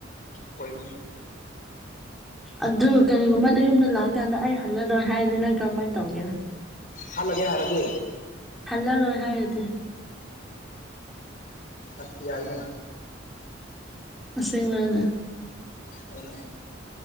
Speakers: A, on the left; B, in the centre.
A: ꯑꯣꯏꯕꯅꯤ
B: ꯑꯗꯨ ꯀꯔꯤꯒꯨꯝꯕꯅ ꯅꯌꯨꯝꯗ ꯂꯥꯛꯑꯀꯥꯟꯗ ꯑꯩ ꯍꯜꯂꯔꯣꯏ ꯍꯥꯏꯔꯗꯤ ꯅꯪ ꯀꯔꯝꯃꯥꯏꯅ ꯇꯧꯒꯦꯔ꯫
A: ꯍꯜꯂꯒꯦ ꯍꯥꯏꯔꯗꯤ
B: ꯍꯂ ꯔꯣꯍꯗꯤꯦ
A: ꯑꯁ ꯌꯥꯏꯅꯦ꯫
B: ꯑꯁꯦꯡꯕꯔꯅꯦ꯫
A: ꯑꯩꯅ